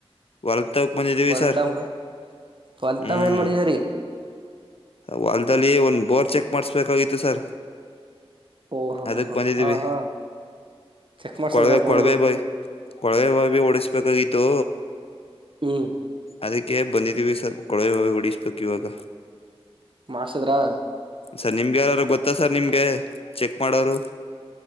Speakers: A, on the left; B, on the right.
A: ಹೊರ ತಕ ಬಂದಿದ್ದೀವಿ
B: ಹೊಲ್ತಮ್ಗ
A: ಸರ್
B: ಹೊಲ್ತಮ್
A: ಹ್ಮ್.
B: ಏನ್ ಮಾಡಿದೀರಿ
A: ವಲ್ದಲ್ಲಿ ಒಂದ ಬೋರ್ ಚೆಕ್ ಮಾಡ್ಸ್ಬೇಕಾಗಿತ್ತು ಸರ್.
B: ಓಹೋ
A: ಅದಕ್
B: ಹ
A: ಬಂದಿದೀವಿ
B: ಹಾ ಹಾ ಚೆಕ್ ಮಾಡ್ಸದ್ರ
A: ಕೊಡ್ವೆ
B: ಬೋರು
A: ಕೊಡ್ವೆ ಬೈ. ಕೊಳವೆ ಬಬಿ ಓಡಿಸ್ಬೇಕಾಗಿತ್ತು.
B: ಹ್ಮ್.
A: ಅದಕ್ಕೆ ಬಂದಿದೀವಿ ಸರ್ ಕೊಳವೆ ಹೊಡಿಸ್ಬೇಕು ಇವಾಗ.
B: ಮಾಡ್ಸದ್ರಾ.
A: ಸರ್ ನಿಮ್ಗೆ ಯಲ್ಲಾರೂ ಗೊತ್ತಾ ಸರ್ ನಿಮ್ಗೆ ಚೆಕ್ ಮಾಡೋರು.